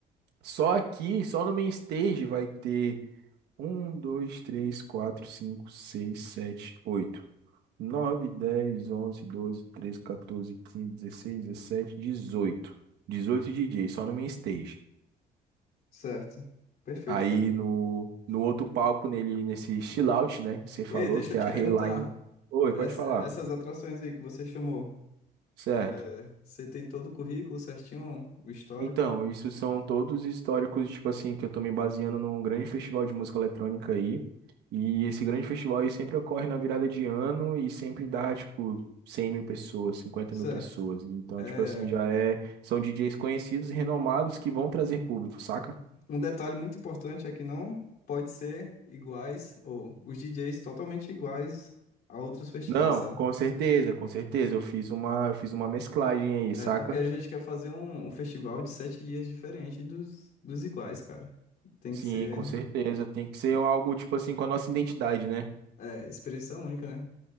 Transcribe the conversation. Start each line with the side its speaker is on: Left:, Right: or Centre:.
Right: Só aqui, só no main stage vai ter um, dois, três, quatro, cinco, seis, sete, oito. nove dez onze doze 12, 13, quinze dezesseis dezessete dezoito dezoito 18 DJs, só no main stage.
Left: Certo. Perfeito,
Right: Aí
Left: cara.
Right: no, no outro palco, nele, nesse chill out, né? que Você
Left: Ei,
Right: falou
Left: deixa
Right: que
Left: eu te
Right: é a
Left: perguntar.
Right: Rayline. Oi,
Left: Essa-
Right: pode falar.
Left: essas atrações aí que você chamou,
Right: Certo.
Left: é, você tem todo o currículo certinho, o histórico?
Right: Então, isso são todos históricos, tipo assim, que eu tô me baseando num grande festival de música eletrônica aí. E esse grande festival aí sempre ocorre na virada de ano e sempre dá, tipo, 100 mil pessoas, cinquenta
Left: Certo.
Right: mil pessoas. Então,
Left: É,
Right: tipo assim, já é... São DJs conhecidos e renomados que vão trazer público, saca?
Left: um detalhe muito importante é que não pode ser iguais, ou os DJs totalmente iguais a outros festivais,
Right: Não,
Left: sabe?
Right: com certeza, com certeza. Eu fiz uma, eu fiz uma mesclagem aí,
Left: É,
Right: saca?
Left: porque a gente quer fazer um, um festival de sete dias diferente dos, dos iguais, cara. Tem
Right: Sim,
Left: que ser,
Right: com certeza. Tem que ser algo, tipo assim, com a nossa identidade, né?
Left: é, experiência única, né?